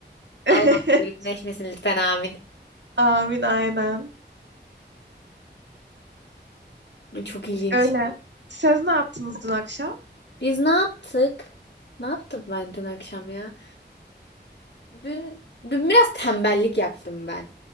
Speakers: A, on the right; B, on the left.
A: <laughs>
B: Allah birleşmesin lütfen amin.
A: Amin aynen.
B: Çok ilginç.
A: Öyle. Siz ne yaptınız dün akşam?
B: Biz ne yaptık? Ne yaptım ben dün akşam ya? Dün dün biraz tembellik yaptım ben.